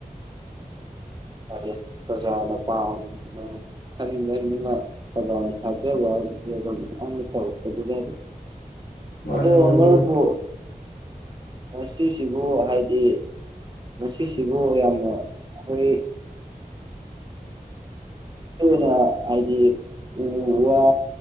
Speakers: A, on the right (about 30°); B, on the left (about 80°).
A: ꯍꯥꯏꯗꯤ ꯄ꯭ꯔꯖꯥꯅ ꯄꯥꯝꯅ ꯈꯟꯅꯤꯅ ꯄ꯭ꯔꯖꯥꯅ ꯊꯥꯖꯕ ꯍꯥꯏꯕꯁꯦ ꯑꯗꯨꯝ ꯑꯩꯅ ꯇꯧꯔꯛꯄꯗꯨ ꯂꯩꯔꯤ
B: ꯃꯥꯅꯤ
A: ꯑꯗꯣ
B: ꯃꯥꯅꯤ
A: ꯃꯔꯨꯄꯨ
B: ꯃꯔꯨꯞ
A: ꯁꯤꯁꯤꯕꯨ ꯍꯥꯏꯗꯤ ꯉꯁꯤꯁꯤꯕꯨ ꯌꯥꯝꯅ ꯑꯩꯈꯣꯏ ꯑꯣꯏꯅ ꯍꯥꯏꯗꯤ ꯎ ꯋꯥ